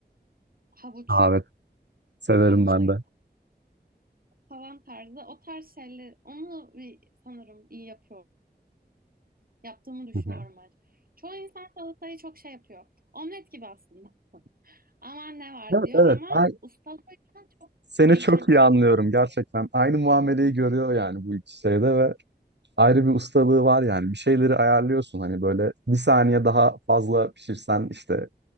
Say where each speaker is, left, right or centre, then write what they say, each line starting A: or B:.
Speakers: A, on the right (about 55°); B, on the right (about 85°).
A: havuç,
B: evet severim
A: havuçla
B: ben
A: gider
B: de.
A: falan tarzı. O tarz şeyler onu bir sanırım iyi yapıyorum. Yaptığımı düşünüyorum
B: Hı hı.
A: bence. Çoğu insan salatayı çok şey yapıyor. Omlet gibi aslında. Aman ne var
B: Evet
A: diyor
B: evet.
A: ama
B: Ay-
A: ustalığıyla çok
B: seni
A: değişen
B: çok
A: bir
B: iyi
A: şey
B: anlıyorum
A: tabii.
B: gerçekten.
A: ki.
B: Aynı muameleyi görüyor yani bu iki şeyde ve ayrı bir ustalığı var yani. Bir şeyleri ayarlıyorsun hani böyle bir saniye daha fazla pişirsen işte